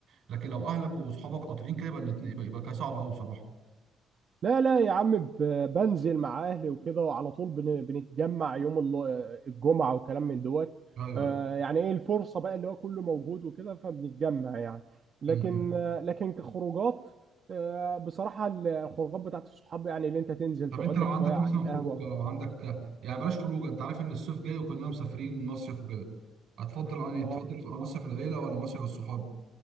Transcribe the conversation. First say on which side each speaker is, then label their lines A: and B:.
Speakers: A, on the right; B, on the right.
A: لكن لو اهلك واصحابك قاطعين كده يبقى الاتنين يبقى يبقى كده صعب قوي بصراحه
B: لا لا يا عم ب- بنزل مع اهلي وكده وعلى طول بن- بنتجمع يوم ال- الجمعة وكلام من دوت
A: ايوه
B: آه، يعني ايه الفرصة بقى اللي هو كله موجود وكده فبنتجمع يعني لكن
A: امم
B: آه، لكن كخروجات آه، بصراحة الخروجات بتاعت الصحاب يعني اللي انت تنزل
A: طب
B: تقعد
A: انت لو
B: لك
A: عندك
B: شوية على
A: مثلا
B: القهوة
A: خروجه لو عندك يعني بلاش خروجه انت عارف ان الصيف جاي وكلنا مسافرين مصيف وكده هتفضل يعني
B: آه.
A: تفضل تبقى مصيف العيله ولا مصيف الصحاب